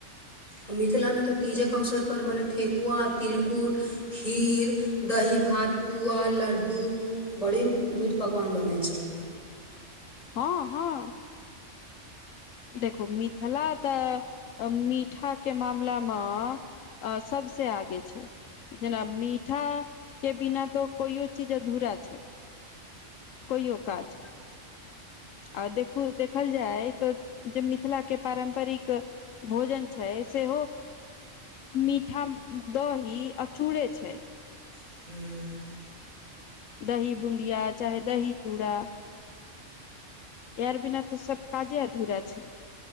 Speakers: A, on the left; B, on the left.
A: आ मिथिलामे तऽ तीजक अवसर पर मने ठेकुआ तिलकुट खीर दही भात पुआ लड्डू बड़ी मीट पकवान बनै छै
B: हँ हँ देखू मिथिला तऽ मीठाके मामलामे आ सबसँ आगे छै जेना मीठा के बिना तऽ कोइयो चीज अधूरा छै कहियो काज आ देखू देखल जाय तऽ जे मिथिला के पारम्परिक भोजन छै सेहो मीठा दही अ चूड़े छै
A: एह
B: दही बूंदिया चाहे दही चूड़ा इअर बिना तऽ सब काजे अधुरा छै